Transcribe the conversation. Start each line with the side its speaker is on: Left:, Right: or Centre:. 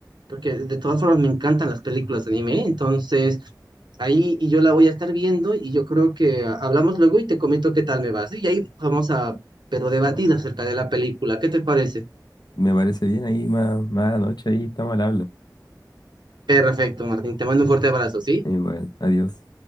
Right: porque de todas formas me encantan las películas de anime, entonces ahí y yo la voy a estar viendo y yo creo que ah, hablamos luego y te comento qué tal me va. ¿sí? Y ahí vamos a, pero debatir acerca de la película. ¿Qué te parece?
Left: Me parece bien ahí, más, más a la noche, ahí estamos al habla.
Right: Perfecto, Martín. Te mando un fuerte abrazo, ¿sí?
Left: Y bueno, adiós.